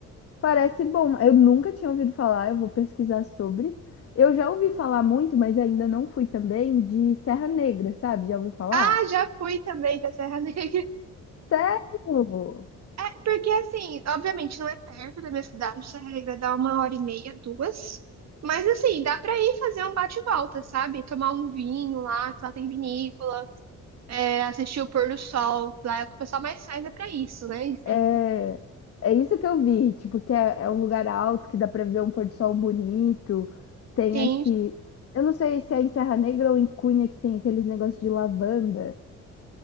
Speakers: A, on the left; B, on the right.
A: parece bom. Eu nunca tinha ouvido falar, eu vou pesquisar sobre. Eu já ouvi falar muito, mas ainda não fui também, de Serra Negra, sabe? Já ouvi falar?
B: Ah, já fui também pra Serra Negra.
A: Sério?
B: É, porque assim, obviamente não é perto da minha cidade, essa regra dá uma hora e meia, duas. Mas assim, dá pra ir fazer um bate e volta, sabe? Tomar um vinho lá, que lá tem vinícola, é, assistir o pôr do sol, lá é o que o pessoal mais faz é pra isso, né? em Serra.
A: É, é isso que eu vi, tipo, que é, é um lugar alto, que dá pra ver um pôr do sol bonito. Tem,
B: Sim,
A: acho que... Eu não sei se é em Serra Negra ou em Cunha que tem aqueles negócios de lavanda.